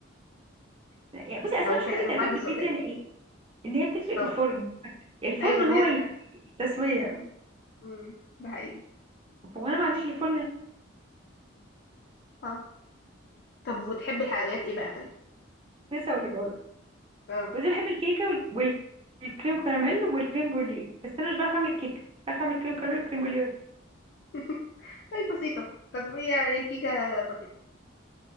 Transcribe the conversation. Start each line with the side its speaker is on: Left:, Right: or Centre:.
Right: يعني بصي
Left: لو
Right: اصل أنا مشكلتي
Left: في لو
Right: تقريبا
Left: حد
Right: في
Left: ذوق
Right: البيتزا
Left: كده
Right: ان إيه؟ إن هي بتفرق
Left: اه
Right: في الفرن الفرن
Left: ايوه
Right: هو
Left: ما هي فعلا
Right: التسويه
Left: امم ده حقيقي
Right: وانا ما عنديش الفرن
Left: اه طب وتحبي الحلويات ايه بقى طيب
Right: لسه اقول لك خالص
Left: اه
Right: بس بحب الكيكه وال- وال- والكريم كراميل والكريم بوليه بس انا مش بعرف اعمل الكيكه بعرف اعمل الكريم كراميل والكريم بوليه بس
Left: <laughs> طيب بسيطة طب يعني الكيكة بسيطة